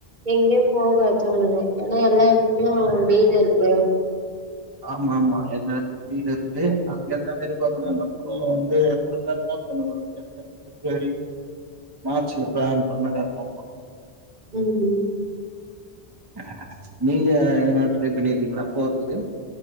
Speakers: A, on the right; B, on the right.
A: எங்கேயு போகாது தோணுது ஏன்னா எல்லா எடத்துலயு வெயில் இருக்கே
B: ஆமா ஆமா என்னடீனு இருக்கு அதுக்கேத்த மாரி பார்த்தோனா நம்மளு வந்து கரெக்டா தா ஒரு ஜனவரி பிப்ரவரி மார்ச்சில ப்ளான் பண்ணா கரெக்டா இருக்கு
A: ம்
B: <unintelligible> நீங்க எங்கனா ட்ரைப் பண்ணிருக்கீங்களா போறதுக்கு